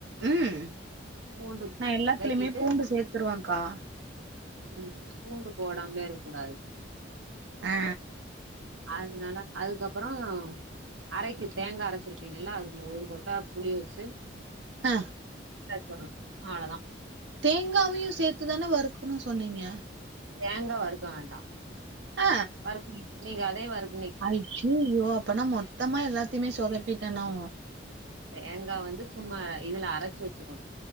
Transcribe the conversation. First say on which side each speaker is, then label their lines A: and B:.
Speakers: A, on the right (about 70°); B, on the right (about 85°).
A: ம்
B: பூண்டு
A: நா எல்லாத்துலிமே
B: வதக்கிட்டு
A: பூண்டு சேத்துருவங்க்கா.
B: ம் பூண்டு போடாம்லே இருக்கூடாது.
A: அ
B: அதுனால அதுக்கப்புறோ அரைக்கு தேங்கா அரைச்சிருப்பீங்கள்ல அதுக்குல ஒரு கொட்டா புளி வெச்சு
A: அ
B: <unintelligible> அவ்ளதா.
A: தேங்காவயு சேத்துதான வறுக்குணு சொன்னீங்க.
B: தேங்கா வறுக்க வேண்டா.
A: அ.
B: அரச்சி நீங்க அதே வறுக்
A: அய்யய்யோ அப்பனா மொத்தமா எல்லாத்தைமே சொதப்பிட்டனோ?
B: தேங்கா வந்து சும்மா ர இதுல அரச்சு வெச்சுக்குணு